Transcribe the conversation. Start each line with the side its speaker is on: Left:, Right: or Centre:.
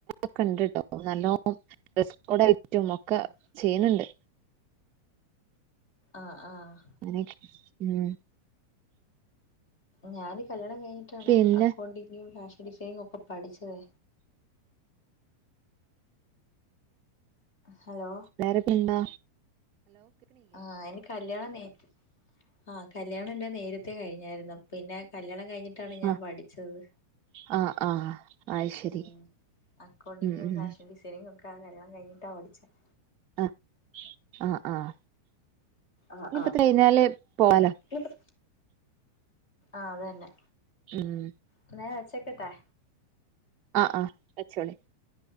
Right: ക്കെണ്ട്ട്ടോ നല്ലോ ഡ്രസ്സ് കോഡ് ആയിട്ട് നമ്മക്ക്
Left: ആഹ്
Right: ചെയ്യുന്നുണ്ട്
Left: ആഹ് ആഹ്
Right: <unintelligible> ഉം
Left: ഞാൻ കല്യാണം കഴിഞ്ഞിട്ടാണ്
Right: പിന്നെ
Left: അക്കൗണ്ടിങ്ങും ഫാഷൻ ഡിസൈനിങ്ങും ഒക്കെ പഠിച്ചത് ഹലോ
Right: വേറെ പെന്താ
Left: ആഹ് എനി കല്ല്യാണം നെയ്റ്റ് ആഹ് കല്യാണം ഇന്ന് നേരത്തെ കഴിഞ്ഞായിരുന്നു പിന്നെ കല്യാണം കഴിഞ്ഞിട്ട് ണ് ഞാൻ
Right: ആ
Left: പഠിച്ചത്
Right: ആഹ് ആഹ് അയ് ശരി
Left: ഉം അക്കൗഡിംഗും
Right: ഉം ഉം
Left: ഫാഷൻ ഡിസൈ ങ്ങും ഒക്കെ കല്യാണം കഴഞ്ഞിട്ടാണ് പഠിച്ചത്
Right: ആഹ് ആഹ് ആഹ്
Left: ആഹ്
Right: ഇനിപ്പ കഴിഞ്ഞാല് പോവാലോ
Left: ആഹ് അത് അതന്നെ
Right: ഉം
Left: എന്നാല് വെച്ചക്കട്ടെ
Right: ആഹ് ആഹ് വച്ചോളി